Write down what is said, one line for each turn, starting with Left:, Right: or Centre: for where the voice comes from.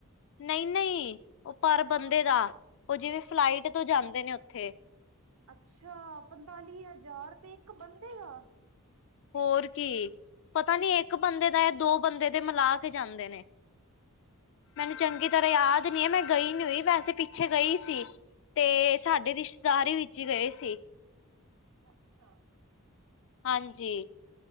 Left: ਨਈ-ਨਈ, ਓ ਪਰ ਬੰਦੇ ਦਾ ਓ ਜਿਵੇਂ ਫਲਾਈਟ ਤੋਂ ਜਾਂਦੇ ਨੇ ਓਥੇ।
Right: ਅੱਛਾ! ਪੰਤਾਲੀ ਹਜ਼ਾਰ ਰਪੇ ਇੱਕ ਬੰਦੇ ਦਾ।
Left: ਹੋਰ ਕੀ ਪਤਾ ਨੀ ਇੱਕ ਬੰਦੇ ਦਾ ਜਾਂ ਦੋ ਬੰਦੇ ਦੇ ਮਿਲਾ ਕੇ ਜਾਂਦੇ ਨੇ। ਮੈਨੂੰ ਚੰਗੀ ਤਰ੍ਹਾਂ ਯਾਦ ਨੀ ਐ, ਮੈਂ ਗਈ ਨੀ ਹੋਈ ਵੈਸੇ ਪਿੱਛੇ ਗਈ ਸੀ। ਤੇ, ਸਾਡੇ ਰਿਸ਼ਤੇਦਾਰ ਹੀ ਵਿੱਚ ਹੀ ਗਏ ਸੀ।
Right: ਅੱਛਾ।
Left: ਹਾਂਜੀ।